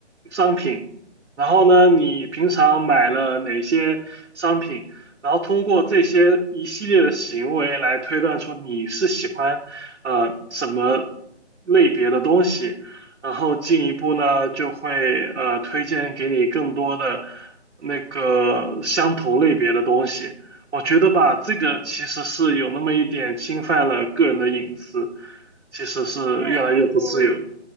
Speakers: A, on the right (about 85°); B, on the right (about 20°).
A: 商品，然后呢，你平常买了哪些商品，然后通过这些一系列的行为来推断出你是喜欢呃什么类别的东西，然后进一步呢就会呃推荐给你更多的那个相同类别的东西。我觉得吧，这个其实是有那么一点侵犯了个人的隐私，其实是越来越不自由。
B: 虽然说，